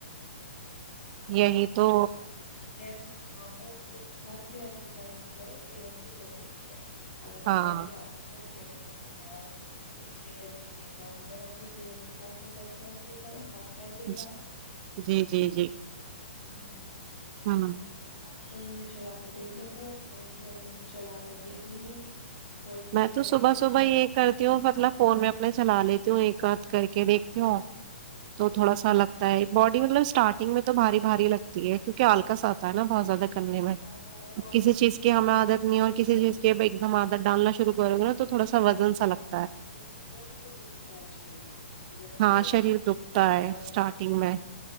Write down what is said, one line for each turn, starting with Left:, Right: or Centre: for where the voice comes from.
Right: یہی تو
Left: کیسے بھی کاؤ تو اس کے ساتھ پھر ایکسرسائز بھی کرو صحت بھی ضروری ہے <unintelligible>
Right: ہاں
Left: اچھے سے اچھا کھاؤ صحت بھی دیکھو مگر اپنی صحت کے ساتھ ساتھ ایکسرسائز بھی کرو ہاتھ پیر بھی ہلاؤ
Right: جی جی جی جی
Left: ہوں
Right: ہوں
Left: آپ فون میں چلا کے دے دیا کر وہ فون میں چلا کر دیکھ لیں گے تھوڑی تھوڑی
Right: میں
Left: کریں
Right: تو صبح
Left: گے
Right: صبح
Left: پاس
Right: یہ کرتی ہوں مطلب فون میں اپنے چلا لیتی ہوں ایک کاات کر کے دیکھتی ہووں تو تھوڑا سا لگتا ہے باڈی مطلب اسٹارٹنگ میں تو باری باری لگتی ہے کیونکہ آلکااتاتا ہےا بہت زیادہ کرنے میں
Left: جاتا ہے اور
Right: کسی
Left: پھر
Right: چیز کی ہمیں عادت نہیں ہو کسی چیز کے ایک دم آدر ڈالنا و کرو گا تو تھوڑا وزن ساگتا
Left: رکا تو دکھتا ہے شریر جب
Right: ہاں
Left: کرو
Right: شریر دکھتا ہے
Left: تھڑا
Right: اسٹارٹنگ میں